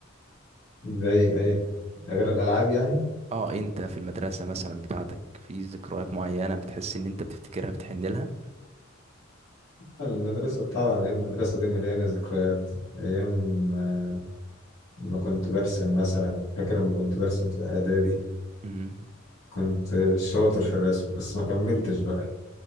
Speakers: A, on the left (about 80°); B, on the right (about 30°).
A: زي ايه غير الألعاب يعني
B: اه انت في المدرسه مثلا بتاعتك في ذكريات معينه بتحس ان انت بتفتكرها بتحن لها
A: المدرسة طبعا أيام المدرسة دي مليانة ذكريات أيام آه، ما كنت برسم مثلا فاكر لما كنت برسم في إعدادي
B: امم
A: كنت شاطر في الرسم بس ما كملتش بقى